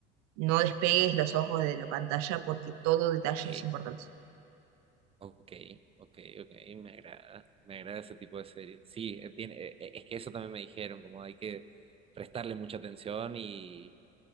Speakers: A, on the right; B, on the right.
A: no despegues los ojos de la pantalla porque todo detalle
B: ok,
A: es importante.
B: ok, ok, ok, me agrada, me agrada ese tipo de series. Sí, eh, tiene, eh, eh, es que eso también me dijeron, como hay que prestarle mucha atención y,